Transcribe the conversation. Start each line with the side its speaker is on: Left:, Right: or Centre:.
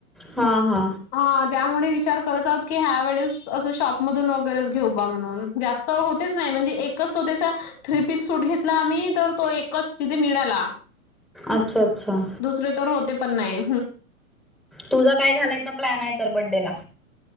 Centre: हा हा.
Left: हा त्यामुळे विचार करत आहोत की ह्या वेळेस असं शॉपमधून वगैरेच घेऊ बा म्हणून जास्त होतेच नाही म्हणजे एकच तो त्याचा थ्री पीस सूट घेतला आम्ही तर तो एकच तिथे मिळाला.
Centre: अच्छा अच्छा.
Left: दुसरे तर होते पण नाही.
Centre: तुझा काय घालायचा प्लॅन आहे तर बड्डेला.